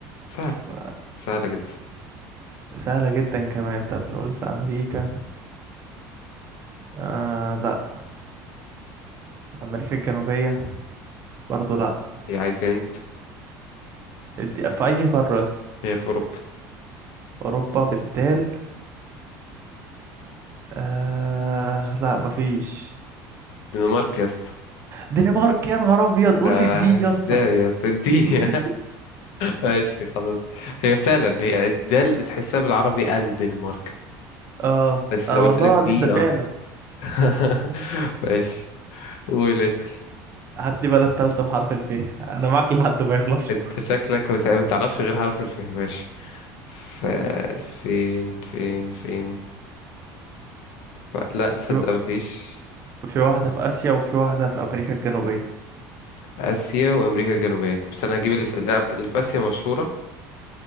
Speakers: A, on the left; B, on the right.
A: سهل
B: أف-
A: سهلة جدا
B: سهلة جدا كمان طب نقول في امريكا آه لا امريكا الجنوبية برضو لا
A: هي عايزة انت
B: دي... في اي قارة أصلاً؟
A: هي في اوروبا
B: اوروبا بالدال آه لا مفيش
A: الدنمارك يا اسطى
B: دنمارك يا نهار ابيض قول
A: آه،
B: لي الدي
A: ازاي
B: يا اسطى
A: يا سيدي
B: <laughs>
A: <laughs> ماشي خلاص هي فعلا هي الدال تحسها بالعربي الدنمارك
B: اه
A: بس
B: آه،
A: لو قلت
B: والله
A: لك
B: العظيم
A: دي
B: ده فعلا
A: اه <laughs> ماشي قول اسأل
B: هات لي بلد تالتة بحرف الف انا معاك لحد ما يخلص
A: انت شكلك ما بتع- ما تعرفش غير حرف الف ماشي ف... فين فين فين ف- لا تصدق
B: في
A: مفيش
B: في واحدة في آسيا وفي واحدة في أمريكا الجنوبية
A: آسيا وأمريكا الجنوبية طب استنى هجيب اللي في لا، اللي في آسيا مشهورة